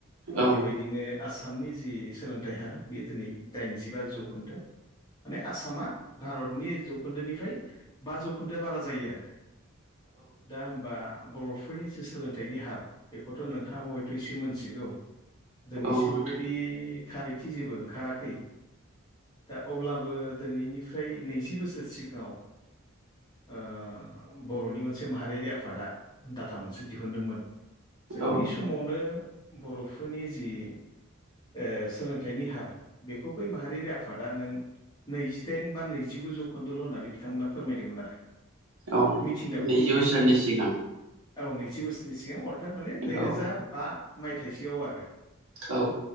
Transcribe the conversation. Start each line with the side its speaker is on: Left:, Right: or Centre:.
Right: औ
Left: बेबायदिनो आसाम नि जि सोलोंथाइ हारा बेयो दिनै दाइनजिबा जौखोन्दो। माने आसामा भारतनि जौखोन्दोनिफ्राय बा जौखोन्दोआ बारा जायो आरो। दा होमबा बर'फोरनि एसे सोलोंथाइनि हार बेखौथ' नोंथाङाबो हयथ' एसे मोनथिगौ। दिनैसिम
Right: औ नोंथां
Left: बेबायदि खारैथि जेबो ओंखाराखै। दा अब्लाबो दिनैनिफ्राय नैजि बोसोर सिगाङाव ओ बर'नि मोनसे माहारियारि आफादा डाटा मोनसे दिहुनदोंमोन जे
Right: औ
Left: बै समावनो बर'फोरनि जि ओ सोलोंथाइनि हार बेखौ बै माहारियारि आफादा नों नैजिदाइन बा नैजिगु जौखोन्दल' होननानै बिथांमोना फोरमायदोंमोन आरो
Right: औ
Left: मिथिंदावथिनि
Right: नैजि
Left: गेजेरजों
Right: बोसोरनि सिगां
Left: औ नैजि बोसोरनि सिगां अर्थात माने नैरोजा
Right: औ
Left: बा मायथाइसोआव आरो।
Right: औ